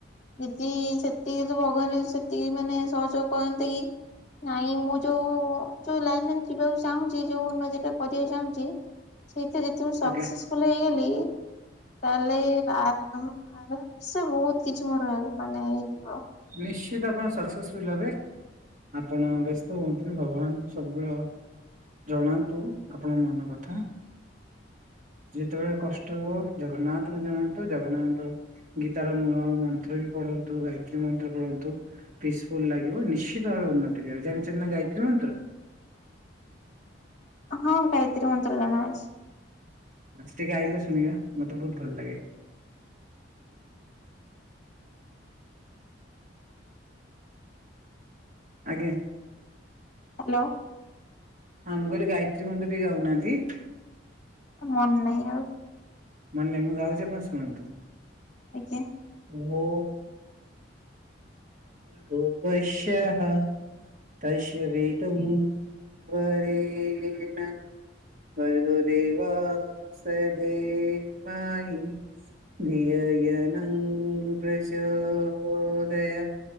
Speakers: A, on the left (about 35°); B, on the right (about 40°).
A: ଦିଦି ସେତିକି ତ ଭଗବାନ ସେତିକି ମାନେ ସହଯୋଗ କରନ୍ତି କି ନାଇଁ ମୁଁ ଯୋଉ ଯୋଉ ଲାଇନରେ ଯିବାକୁ ଚାହୁଁଛି ଯୋଉ ଉନ୍ନତି ଟା କରିବାକୁ ଚାହୁଁଚି ସେଇଥିରେ ଯଦି ମୁଁ ସକ୍ସେସଫୁଲ
B: ଆଜ୍ଞା
A: ହେଇଗଲି ଆରାମ ସେ ବହୁତ କିଛି ମୋର ମାନେ ହେଇଯିବ।
B: ନିଶ୍ଚିତ ଆପଣ ସକ୍ସେସଫୁଲ ହେବେ। ଆପଣ ବ୍ୟସ୍ତ ହୁଅନ୍ତୁନି ଭଗବାନଙ୍କୁ ସବୁବେଳ ଜଣାନ୍ତୁ ଆପଣଙ୍କ ମନ କଥା। ଯେତେବେଳେ କଷ୍ଟ ହବ ଜଗନ୍ନାଥ ଜଣା ଜଗନ୍ନାଥ ଗୀତାର ମୂଳ ମନ୍ତ୍ର ବି ପଢନ୍ତୁ ଗାଇ ଗାୟତ୍ରୀ ମନ୍ତ୍ର ପଢ଼ନ୍ତୁ ପିସଫୁଲ ଲାଗିବ ନିଶ୍ଚିତ ଭାବେ ଉନ୍ନତି କରିବ ଜାଣିଛନ୍ତି ନା ଗାୟତ୍ରୀ ମନ୍ତ୍ର?
A: ହଁ ଗାଇତ୍ରୀ ମନ୍ତ୍ର ଜଣା ଅଛି।
B: ଆଛା ଟିକେ ଗାଇଲେ ଶୁଣିବା ମତେ ବହୁତ ଭଲ ଲାଗେ। ଆଜ୍ଞା।
A: ହ୍ୟାଲୋ
B: ହଁ ମୁଁ କହିଲି ଗାୟତ୍ରୀ ମନ୍ତ୍ର ଟିକେ ଗାଉନାହାନ୍ତି।
A: ମନ ନାହିଁ ଆଉ।
B: ମାନେ ନାଇଁ ମୁଁ ଗାଉଚି ଆପଣ ଶୁଣନ୍ତୁ।
A: ଆଜ୍ଞା।
B: ଓଁ ଭୁଵଃ ସ୍ୟାହା ତଶ ବିଦୁମ୍ ବରେନା ଭର୍ଗୋ ଦେବସ୍ୟ ଧିମହୀ ଧିୟୋୟୋନ୍ ପ୍ରଚୋଦୟା